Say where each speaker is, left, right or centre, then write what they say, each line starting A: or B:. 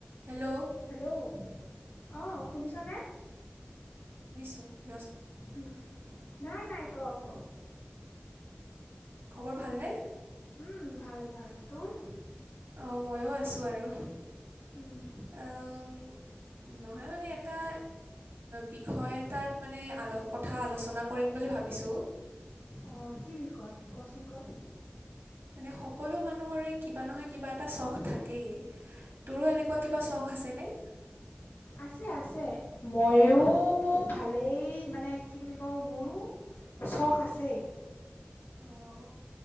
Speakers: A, on the right; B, on the left.
A: Hello
B: hello অ' শুনিছনে
A: ত'
B: উম উম নাই নাই কং ক
A: খবৰ ভালনে?
B: উম ভাল ভাল তোৰ
A: অ' ময়ো আছো আৰু
B: উম।
A: আম, নহয় মানে এটা বিষয় এটাত মানে কথা আলোচনা কৰিম বুলি ভাবিছোঁ।
B: অ' কি বিষয় কচোন কওক
A: মানে সকলো মানুহৰে কিবা নহয় কিবা এটা চখ থাকেই তোৰো এনেকুৱা কিবা চখ আছে ন!
B: আছে আছে ময়ো ভালেই মানে কি বুলি কওঁ মোৰো চখ আছেই
A: অ'